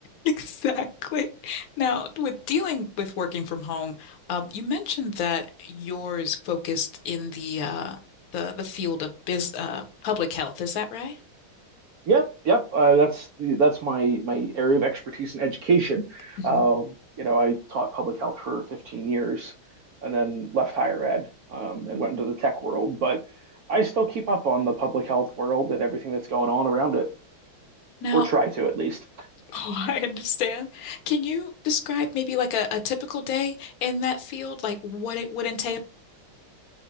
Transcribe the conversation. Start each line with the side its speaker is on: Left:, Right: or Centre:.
Left: Exactly. Now, with dealing with working from home, um, you mentioned that yours focused in the uh, the the field of biz uh, public health. Is that right?
Right: Yep, yep. Uh, that's that's my my area of expertise in education.
Left: Mhm.
Right: Um, you know, I taught public health for 15 years, and then left higher ed um, and went into the tech world. But I still keep up on the public health world and everything that's going on around it,
Left: Now,
Right: or try to at least.
Left: <laughs> oh, I understand. Can you describe maybe like a, a typical day in that field, like what it would entail?